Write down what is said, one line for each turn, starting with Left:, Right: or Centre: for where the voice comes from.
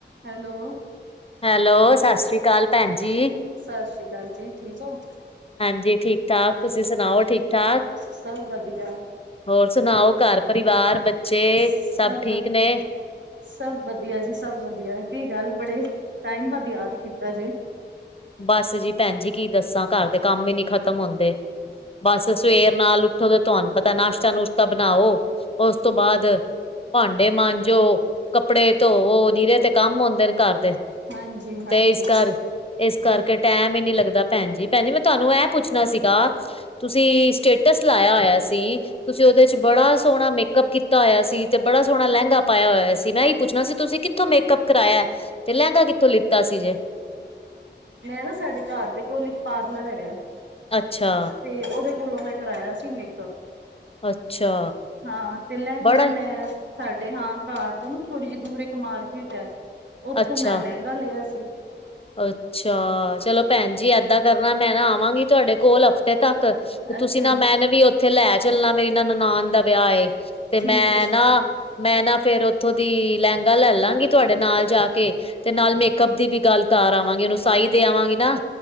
Right: Hello!
Left: Hello! ਸਤਿ ਸ਼੍ਰੀ ਅਕਾਲ ਭੈਣ ਜੀ।
Right: ਸਤ ਸ਼੍ਰੀ ਅਕਾਲ ਜੀ, ਠੀਕ ਹੋ।
Left: ਹਾਂਜੀ ਠੀਕ ਠਾਕ ਤੁਸੀਂ ਸੁਣਾਓ ਠੀਕ ਠਾਕ
Right: ਸਭ ਵਧੀਆ
Left: ਹੋਰ ਸੁਣਾਓ ਘਰ, ਪਰਿਵਾਰ, ਬੱਚੇ,
Right: ਸਭ
Left: ਠੀਕ
Right: ਵਧੀਆ
Left: ਨੇ
Right: ਸਭ ਵਧੀਆ ਜੀ ਸਭ ਵਧੀਆ ਕੀ ਗੱਲ ਬੜੇ, ਟਾਈਮ ਬਾਦ ਯਾਦ ਕੀਤਾ ਜੇ
Left: ਬਸ ਜੀ ਭੈਣ ਜੀ ਕੀ ਦੱਸਾਂ ਘਰ ਦੇ ਕੰਮ ਹੀ ਨੀ ਖਤਮ ਹੁੰਦੇ ਬਸ ਸਵੇਰ ਨਾਲ ਉੱਠੋ ਤੇ ਤੁਹਾਨੂੰ ਪਤਾ ਨਾਸ਼ਤਾ ਨੁਸ਼ਤਾ ਬਣਾਓ, ਉਸ ਤੋਂ ਬਾਅਦ ਭਾਂਡੇ ਮਾਂਜੋ, ਕੱਪੜੇ ਧੋਵੋ, ਨੀਰੇ ਤੇ ਕੰਮ ਹੁੰਦੇ ਨੇ ਘਰ ਦੇ
Right: ਹਾਂਜੀ-ਹਾਂਜੀ,
Left: ਤੇਈਸ ਘਰ ਇਸ ਕਰਕੇ ਟੈਮ ਹੀ ਨਹੀਂ ਲੱਗਦਾ ਭੈਣ ਜੀ ਭੈਣ ਜੀ ਮੈਂ ਤੁਹਾਨੂੰ ਇਹ ਪੁੱਛਣਾ ਸੀਗਾ ਤੁਸੀਂ, ਸਟੇਟਸ ਲਾਇਆ ਹੋਇਆ ਸੀ ਤੁਸੀਂ ਉਹਦੇ ਚ ਬੜਾ ਸੋਹਣਾ ਮੇਕਅੱਪ ਕੀਤਾ ਹੋਇਆ ਸੀ ਤੇ ਬੜਾ ਸੋਹਣਾ ਲਹਿੰਗਾ ਪਾਇਆ ਹੋਇਆ ਸੀ ਮੈਂ ਆਹੀ ਪੁੱਛਣਾ ਸੀ ਤੁਸੀਂ ਕਿੱਥੋਂ ਮੇਕਅੱਪ ਕਰਾਇਆ, ਤੇ ਲਹਿੰਗਾ ਕਿੱਥੋਂ ਲਿੱਤਾ ਸੀ ਜੇ
Right: ਮੈਂ ਨਾ ਸਾਡੇ ਘਰ ਦੇ ਕੋਲੀ ਚ ਪਾਰਲਰ ਹੈਗਾ
Left: ਅੱਛਾ,
Right: ਤੇ ਉਹਦੇ ਕੋਲੋਂ ਮੈਂ ਕਰਾਇਆ ਸੀ ਮੇਕਅਪ
Left: ਅੱਛਾ
Right: ਹਾਂ, ਤੇ ਲਹਿੰਗਾ
Left: ਬੜਾ
Right: ਮੈਂ
Left: ਹੀ
Right: ਸਾਡੇ ਹਾਂ ਘਰ ਤੋਂ ਨਾ ਥੋੜੀ ਜਿਹੀ ਦੂਰ ਇੱਕ ਮਾਰਕੀਟ ਹੈ, ਉੱਥੋਂ
Left: ਅੱਛਾ
Right: ਮੈਂ ਲਹਿੰਗਾ ਲਿਆ ਸੀ।
Left: ਅੱਛਾ, ਚਲੋ ਭੈਣ ਜੀ ਏਦਾਂ ਕਰਨਾ ਮੈਂ ਨਾ ਆਵਾਂਗੀ ਤੁਹਾਡੇ ਕੋਲ ਹਫ਼ਤੇ ਤੱਕ ਤੇ ਤੁਸੀਂ
Right: ਅੱਛਾ
Left: ਨਾ
Right: ਜੀ,
Left: ਮੈਂਨ ਵੀ ਉੱਥੇ ਲੈ ਚੱਲਣਾ ਮੇਰੀ ਨਾ ਨਨਾਨ ਦਾ ਵਿਆਹ ਹੈ ਤੇ,
Right: ਠੀਕ
Left: ਮੈਂ
Right: ਹੈ
Left: ਨਾ
Right: ਜੀ,
Left: ਮੈਂ ਨਾ ਫੇਰ ਉੱਥੋਂ ਦੀ ਲਹਿੰਗਾ ਲੈ ਲਾਂਗੀ ਤੁਹਾਡੇ ਨਾਲ ਜਾ ਕੇ ਤੇ ਨਾਲ ਮੇਕਅਪ ਦੀ ਵੀ ਗੱਲ ਕਾਰ ਆਵਾਂਗੇ ਉਹਨੂੰ ਸਾਈ ਦੇ ਆਵਾਂਗੇ ਨਾ